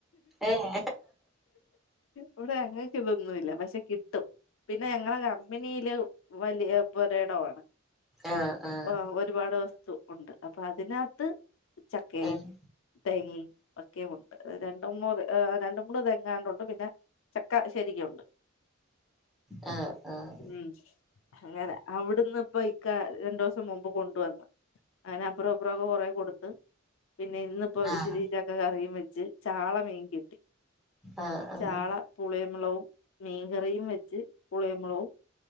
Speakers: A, in the centre; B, on the left.
A: ഏഹ്
B: ഇവിടെ ഞങ്ങക്ക്‌ ഇതൊന്നുമല്ല പക്ഷെ കിട്ടും പിന്നെ ഞങ്ങളെ കമ്പനിയില് വലിയ പൊരടമാണ്
A: ആഹ് ആഹ്
B: ഒ ഒരുപാട് വസ്തു ഉണ്ട് അപ്പൊ അതിനകത്ത് ചക്കയിൽ
A: ആഹ്
B: തേങ്ങ ഒക്കെയ ഉണ്ട് രണ്ട് മൂ രണ്ട മൂന്ന് തെങ്ങാണ്ട ഉണ്ട് പിന്നെ ചക്ക ശരിക്കും ഉണ്ട്
A: ആഹ് ആഹ്
B: ഉം അങ്ങന അവിടുന്ന് ഇപ്പൊ ഇക്ക രണ്ടു ദിവസം മുമ്പ് കൊണ്ടുവന്നു അങ്ങനെ അപ്പുറം അപ്പുറംക്കെ കൊറെ കൊടുത്ത് പിന്നെ ഇന്ന ഇപ്പോ
A: ആഹ്
B: ഇച്ചരി ച്ച കറിയും വെച്ച് ചാള മീൻ കിട്ടി
A: ആഹ് ആഹ്
B: ചാള പുളിമുളവും മീൻകറിയും വെച്ച് പുളിമുളവും